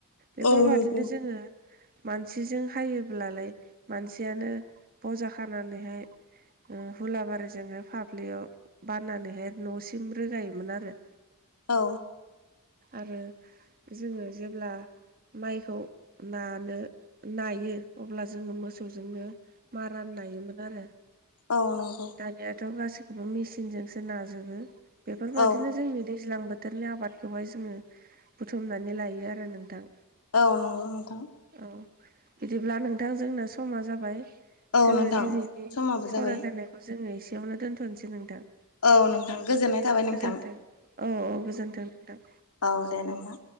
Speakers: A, on the right; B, on the left.
A: बेफोरबादिनो
B: औ नंगौ
A: जोङो। मानसिजों हायोब्लालाय मानसियानो बजा खानानैहाय। ओ हुलाबारि जोङो फाफ्लियाव बाननानैहाय न'सिम रोगायोमोन आरो।
B: औ
A: आरो जोङो जेब्ला माइखौ नानो नायो अब्ला जोङो मोसौजोंनो मारान नायोमोन आरो।
B: औ नंगौ
A: दानिवाथ' गासिखोबो मिचनजोंसो नाजोबो बेफोरबायदिनो
B: औ
A: जोंनि दैज्लां बो बोथोरनि आबादखौहाय जोङो बुथुमनानै लायो आरो नोंथां।
B: औ नंगौ नोंथां
A: औ बिदिब्ला नोंथां जोंना समा जाबाय।
B: औ
A: जोङो
B: नोंथां
A: दिनैनि
B: समाबो
A: सावरायलायनायखौ
B: जाबाय
A: जोङो एसेयावनो दोनथ'नोसै नोंथां।
B: औ नोंथां गोजोननाय थाबाय नोंथां
A: गोजोनथों औ औ गोजोनथों नोंथां।
B: औ दे नोंथां।